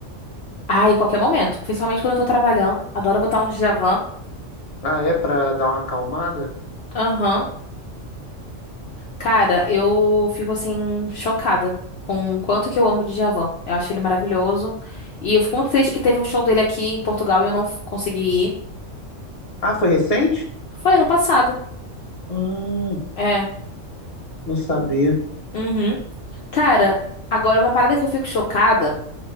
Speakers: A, on the left (about 60°); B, on the left (about 30°).
A: Ai, qualquer momento, principalmente quando eu tô trabalhando, adoro botar um Djavan.
B: Ah, é? Pra dar uma acalmada?
A: Aham. Cara, eu fico assim chocada com o quanto que eu amo o Djavan. Eu acho ele maravilhoso. E eu fico muito triste que teve um show dele aqui em Portugal e eu não f- consegui ir.
B: Ah, foi recente?
A: Foi ano passado.
B: Hum,
A: É.
B: não sabia.
A: Uhum. Cara, agora uma parada que eu fico chocada.